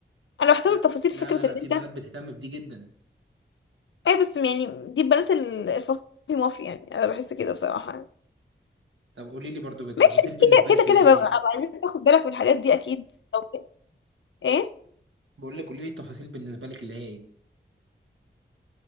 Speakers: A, on the left (about 80°); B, on the right (about 80°).
A: انا بهتم
B: لا
A: بتفاصيل فكره
B: لا لا لا
A: ان
B: في
A: انت
B: بنات بتهتم بدي جدا
A: اي بس يعني دي بنات ال- الفصل مافي يعني انا بحس كده بصراحه يعني.
B: طب قولي لي برضو التفاصيل
A: ماشي
B: بالنسبه
A: كده
B: لك
A: كده
B: اللي
A: كده
B: هي
A: ببقى
B: ايه
A: ببقى عايزين تاخد بالك من الحاجات دي اكيد أو كده. ايه
B: بقول لك قولي لي التفاصيل بالنسبه لك اللي هي ايه